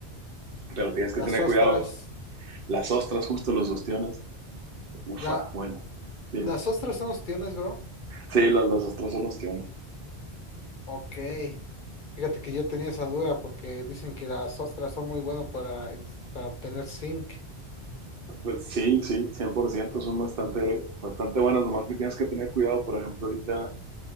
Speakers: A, on the right (about 60°); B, on the left (about 50°).
A: Pero tienes que
B: las
A: tener
B: ostras.
A: cuidado. Las ostras, justo los ostiones. Ufa,
B: la
A: bueno, dime.
B: ¿Las ostras son ostiones, bro?
A: Sí, las, las ostras son ostiones.
B: Ok. Fíjate que yo tenía esa duda porque dicen que las ostras son muy buenas para, eh, para obtener zinc.
A: Pues sí, sí, 100% son bastante, bastante buenas, nomás que tienes que tener cuidado, por ejemplo, ahorita,